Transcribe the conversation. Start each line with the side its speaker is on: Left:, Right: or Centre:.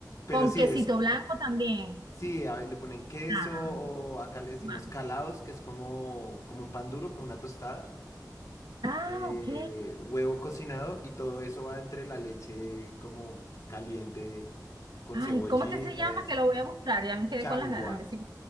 Left: Pero
Right: Con
Left: sí
Right: quesito
Left: es,
Right: blanco también.
Left: sí, a ver, le ponen queso
Right: Ah,
Left: o acá le decimos
Right: guau.
Left: calados, que es como, como un pan duro, como una tostada.
Right: Ah,
Left: eh,
Right: ok.
Left: huevo cocinado y todo eso va entre la leche como caliente con
Right: Ay,
Left: cebollita,
Right: ¿cómo es que se llama?
Left: es
Right: Que lo voy a buscar, ya me quedé
Left: changua,
Right: con las ganas. A ver si...